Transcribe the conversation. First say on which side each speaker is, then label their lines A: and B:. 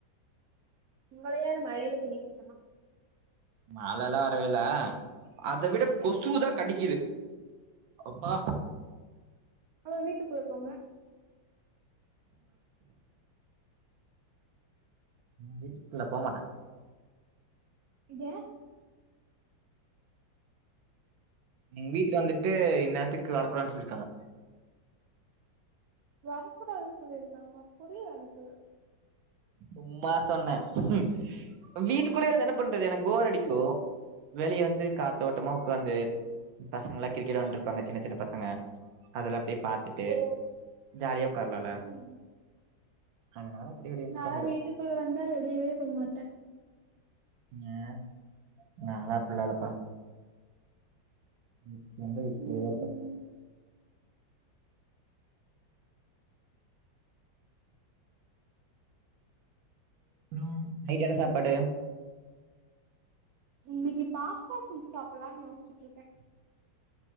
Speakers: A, on the right; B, on the right.
A: உங்கள யாரு மழையில போய் நிக்க சொன்னா
B: மழை எல்லா வரவே இல்ல அத விட கொசுதான் கடிக்குது அப்பா
A: அவ வீட்டுக்குள்ள போங்க
B: வீட்டுக்குள்ள போகமாட்டன்
A: <unintelligible>
B: எங்க வீட்ல வந்துட்டு இந் நேரத்துக்கு வரக்கூடாதுனு சொல்லிருக்காங்க
A: வரக்கூடாதுனு சொல்லிருக்காங்களா புரில எனக்கு
B: சும்மா சொன்னேன் ம் வீட்டுக்குள்ளயே வந்து என்ன பண்றது எனக்கு போர் அடிக்கும் வெளில வந்து காத்தோட்டமா உக்காந்து பசங்க எல்லா கிரிக்கெட் வெளையாண்டு இருப்பாங்க சின்ன சின்ன பசங்க அதெல்லா அப்டியே பாத்திட்டு
A: ஓ
B: ஜாலியா உக்காரலால்ல
A: ம்
B: அதனால அப்டிய வெளிய வந்து
A: நா
B: உக்காந்துரு
A: வீட்டுக்குள்ள வந்து வெளியவே போமாட்டன்
B: ம் நாலாம் அப்டி இல்லப்பா ம் எங்க வீட்லயே
A: ம்
B: தா இருப்பேன் அப்றோ நைட் என்ன சாப்பாடு
A: இன்னைக்கு பாஸ்தா செஞ்சி சாப்டலானு யோசிட்டு இருக்கேன்